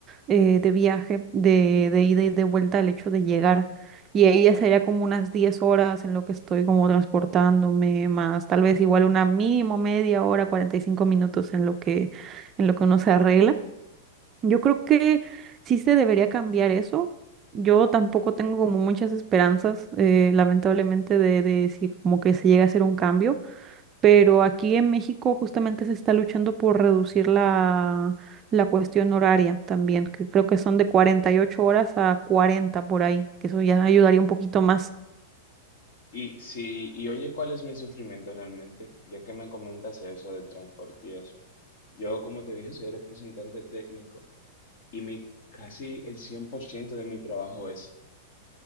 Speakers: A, on the right; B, on the left.
A: eh, de viaje, de, de ida y de vuelta, el hecho de llegar. Y ahí ya sería como unas 10 horas en lo que estoy como transportándome, más tal vez igual una mínimo media hora, 45 minutos en lo que, en lo que uno se arregla. Yo creo que sí se debería cambiar eso. Yo tampoco tengo como muchas esperanzas, eh, lamentablemente, de, de si como que se llega a hacer un cambio pero aquí en México justamente se está luchando por reducir la, la cuestión horaria también, que creo que son de 48 horas a 40 por ahí, que eso ya ayudaría un poquito más.
B: Y si, y oye, ¿cuál es mi sufrimiento realmente? Ya que me comentas eso del transporte y eso. Yo, como te dije, soy representante técnico y mi casi el 100% de mi trabajo es